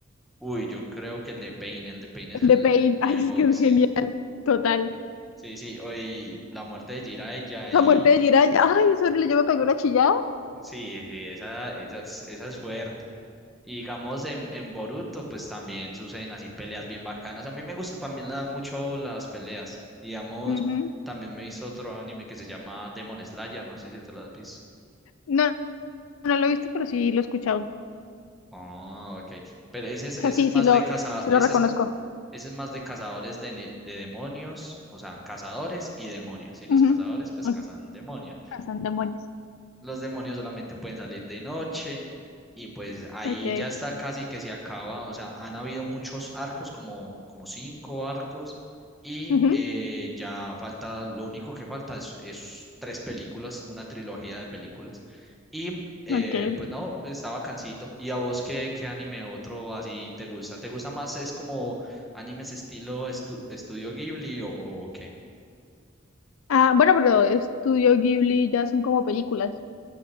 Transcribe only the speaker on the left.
el de Pain?
<laughs> Ay, es que es
genial. Total.
La muerte de Jiraiya. Ay, es horrible. Yo me pegué una chillada.
Ujú.
No, no lo he visto pero sí lo he escuchado.
o sea, sí,
sí lo,
sí
lo reconozco.
Ujú.
Ok,
Cazan demonios.
Ok.
Ujú.
Ok.
Ah, bueno, pero Estudio Ghibli ya son como películas.